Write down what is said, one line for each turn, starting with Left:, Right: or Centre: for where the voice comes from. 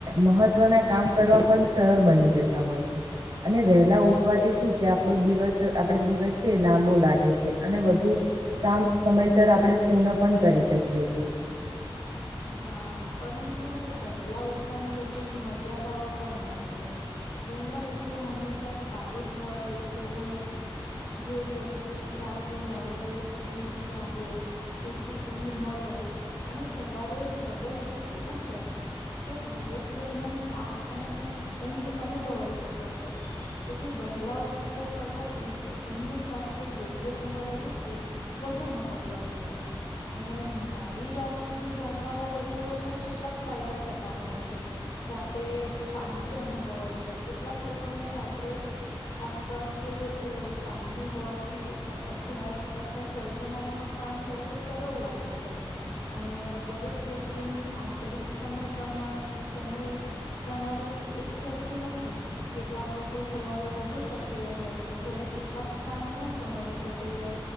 Right: મહત્વના કામ કરવા પણ સરળ બની જ જતા હોય છે. અને વહેલા ઉઠવાથી શું કે આપડો દિવસ આપડ દિવસ છે એ લાંબો લાગે છે અને વધુ, કામ સમયસર આપણેે પૂર્ણ પણ કરી શકીએ છીએ.
Left: હા પરંતુ વહેલા ઉઠવાની કેટલીક મર્યાદાઓ પણ હોય છે. વહેલા ઊઠવું હંમેશા સારું જ હોય તેવું નથી. જો વ્યકિત રાત્રે મોડે સુધી જાગે, પૂરતી ઊંઘ ન લે અને સવારે જબરજસ્તી ઉઠે, તો દિવસ દરમિયાન થાક અને ઊંઘ ઊંઘ અનુભવાઈ શકે છે. તેથી વહેલાં ઉઠવું કરતાં પૂરતી ઊંઘ સાથે યોગ્ય સમયે ઉઠવું, વધુ મહત્વનું છે, અને મોડી રાત સુધી જાગ ગનારા લોકોને કેટલાક ફાયદા થતા હોય છે. રાત્રે શાંતિ અનુભવાય છે કેટલાક લોકોને રાત્રે, આસપાસ શાંતિ હોવાથી અભ્યાસ અથવા સર્જનાત્મક, કામ કરવું સરળ લાગે છે અને, દરેક વ્યક્તિની આંતરિક સમય પ્રમાણ સમયે, પ્રણાલી એક સરખી નથી કેટલાક લોકો સવારે વધુ સક્રિય હોય છે જ્યારે કેટલાક, સાંજના સમયે સક્રિય,